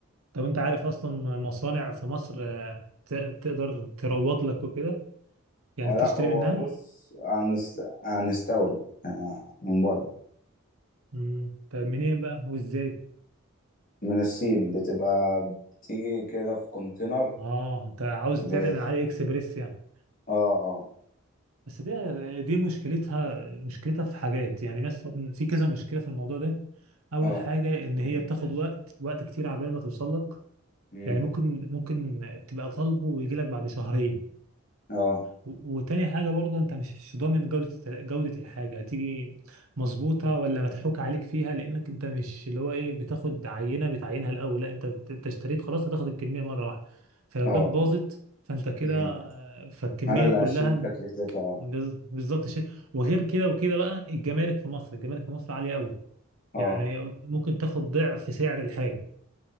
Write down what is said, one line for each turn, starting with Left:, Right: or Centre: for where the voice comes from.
Right: طب انت عارف اصلا مصانع في مصر آه، ت- تقدر تروض لك وكده يعني
Left: هو
Right: تشتري
Left: لا هو
Right: منها
Left: بص هنس- هنستورد آه، من بره
Right: مم. طب منين بقى وازاي
Left: من الصين بتبقى بتيجي كده في كونتينر
Right: اه انت عاوز
Left: ب...
Right: تعمل من علي اكسبريس يعني
Left: اه اه
Right: بس دي دي مشكلتها مشكلتها في حاجات يعني مثلا في كذا مشكلة في الموضوع ده أول
Left: اه
Right: حاجة إن هي بتاخد وقت وقت كتير عبال ما توصل لك
Left: مم.
Right: يعني ممكن ممكن تبقى طالبه ويجي لك بعد شهرين
Left: اه
Right: و- وتاني حاجة برضه أنت مش ضامن جودة جودة الحاجة هتيجي مظبوطة ولا مضحوك عليك فيها لأنك أنت مش اللي هو إيه بتاخد عينة بتعينها الأول لا أنت بت- أنت اشتريت خلاص هتاخد الكمية مرة واحدة فلو
Left: اه
Right: جت باظت
Left: اه
Right: فأنت كده
Left: مم.
Right: آه، فالكمية
Left: انا اللي
Right: كلها
Left: هشيل تكلفتها اه
Right: بز- بالظبط شيء وغير كده وكده بقى الجمارك في مصر الجمارك في مصر عالية قوي
Left: اه
Right: يعني ممكن تاخد ضعف سعر الحاجة